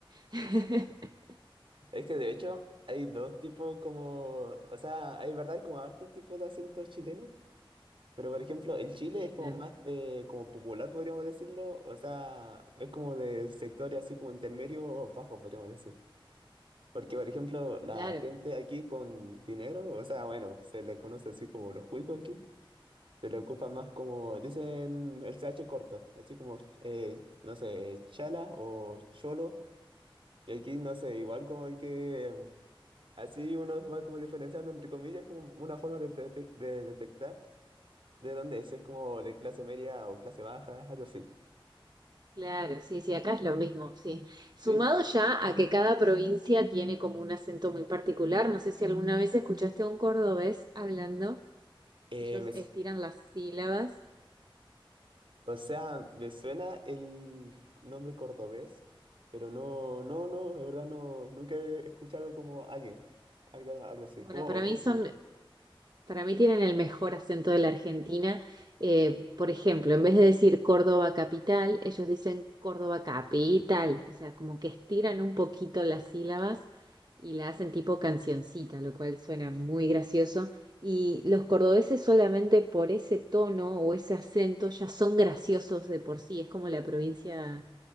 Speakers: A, on the right (about 50°); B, on the right (about 70°).
A: <laughs>
B: Es que de hecho hay dos tipos como, o sea, hay verdad como hartos tipos de acentos chilenos. Pero por ejemplo, el Chile
A: Sí,
B: es como
A: claro.
B: más de, como popular, podríamos decirlo, o sea, es como de sectores así como intermedio o bajo, podríamos decir. Porque por ejemplo, la
A: Claro.
B: gente aquí con dinero, o sea, bueno, se le conoce así como los cuicos aquí, se le ocupa más como, dicen el CH corto, así como, eh, no sé, chala o cholo, y aquí no sé, igual como hay que, em, así uno va como diferenciando entre comillas, como una forma de, detec- de detectar. ¿De dónde es? ¿Es como de clase media o clase baja? Algo así.
A: Claro, sí, sí, acá es lo mismo, sí. Sumado
B: ¿Sí?
A: ya a que cada provincia tiene como un acento muy particular, no sé si alguna vez escuchaste a un cordobés hablando,
B: Eh,
A: ellos
B: me s-
A: estiran las sílabas.
B: o sea, me suena el nombre cordobés, pero no, no, no, de verdad no, nunca he escuchado como alguien, algo, algo así.
A: Bueno,
B: ¿Cómo,
A: para
B: cómo
A: mí son
B: sería?
A: Para mí tienen el mejor acento de la Argentina. Eh, por ejemplo, en vez de decir Córdoba capital, ellos dicen Córdoba capital. O sea, como que estiran un poquito las sílabas y la hacen tipo cancioncita, lo cual suena muy gracioso. Y los cordobeses solamente por ese tono o ese acento ya son graciosos de por sí. Es como la provincia